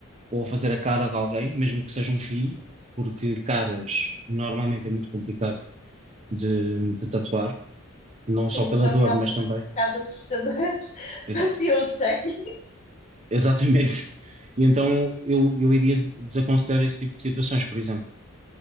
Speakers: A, on the right; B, on the left.
A: ou a fazer a cara de alguém, mesmo que seja um filho, porque caras normalmente é muito complicado de, de tatuar, não
B: Sim,
A: só pela
B: eu já
A: dor,
B: vi algumas
A: mas também.
B: um bocado assustadoras. <laughs> Parecia
A: Exato,
B: outro check <laughs>
A: <laughs> exatamente. E então eu, eu iria desaconselhar esse tipo de situações, por exemplo.